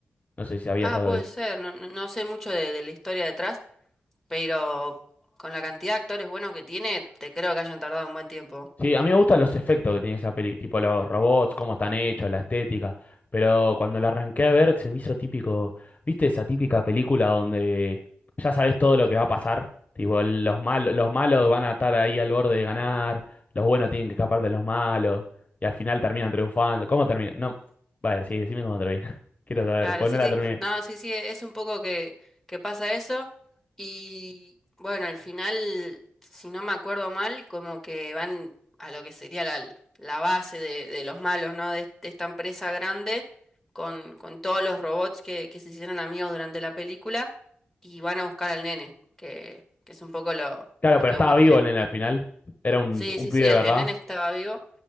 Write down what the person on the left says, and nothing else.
No sé si sabías
algo
de eso.
Sí, a mí me gustan los efectos que tiene esa peli, tipo los robots, cómo están hechos, la estética, pero cuando la arranqué a ver se me hizo típico, ¿viste esa típica película donde ya sabes todo lo que va a pasar? Tipo, los mal, los malos van a estar ahí al borde de ganar, los buenos tienen que escapar de los malos, y al final terminan triunfando. ¿Cómo termina? No, vale, sí, decime cómo termina. <laughs> Quiero saber,
pues
no la
terminé.
Claro,
pero
estaba
vivo en el final, era un,
un
pibe
de
verdad.